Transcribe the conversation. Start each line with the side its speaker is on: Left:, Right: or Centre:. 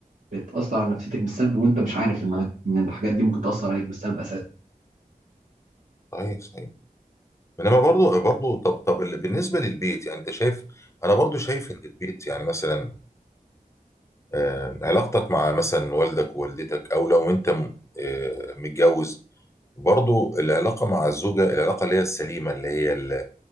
Right: بتاثر على نفسيتك بالسلب وانت مش عارف انها ان الحاجات دي ممكن تاثر عليك بالسلب اساسا
Left: صحيح صحيح انما برضو برضو طب طب ال- بالنسبه للبيت يعني انت شايف انا برضو شايف ان البيت يعني مثلا آه، علاقتك مع مثلا والدك ووالدتك او لو انت م- آه، متجوز برضو العلاقة مع الزوجة العلاقة اللي هي السليمة اللي هي اللي